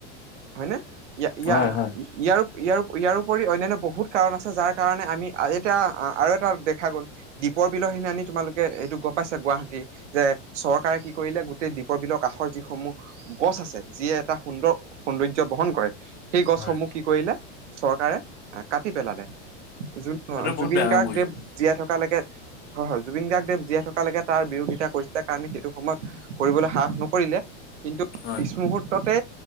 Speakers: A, on the right (about 85°); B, on the left (about 30°).
A: হয়নে? ইয়া ইয়াৰ
B: হয় হয় হয়
A: ইয়াৰ ইয়াৰপৰি অন্যান্য বহুত কাৰণ আছে যাৰ কাৰণে আমি এতিয়া আৰু এটা দেখা গ'ল দ্বীপৰ বিলখিনি আনি তোমালোকে এইটো গম পাইছা গুৱাহাটী যে চৰকাৰে কি কৰিলে গোটেই দ্বীপৰ বিলৰ কাষৰ যিসমূহ গছ আছে যিয়ে এটা সুন্দৰ সৌন্দৰ্য <unintelligible> কৰে সেই গছসমূহ
B: হয়।
A: কি কৰিলে চৰকাৰে কাটি পেলালে। জু
B: সেইটো বহুত
A: জুবিন
B: বেয়া কাম
A: গাৰ্গদেৱ
B: কৰিছে
A: জীয়াই থকালৈকে হয়-হয় জুবিন গাৰ্গদেৱ জীয়াই থক লৈকে তাৰ বিৰোধিতা কৰিছিল কাৰণে সেইটো সময়ত কৰিবলৈ সাহক নকৰিলে। কিন্তু
B: হয়
A: পিছ মুহূৰ্ততে